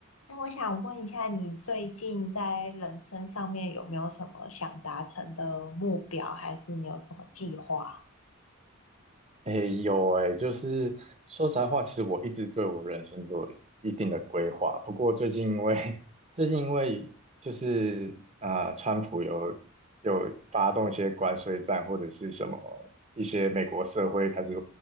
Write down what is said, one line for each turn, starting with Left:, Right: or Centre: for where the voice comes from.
Left: 那我想问一下，你最近在人生上面有没有什么想达成的目标，还是你有什么计划？
Right: 哎有诶，就是说实在话，其实我一直对我人生都有一定的规划。不过最近因为 <laughs> 最近因为就是呃，川普有有发动一些关税战或者是什么一些美国社会开始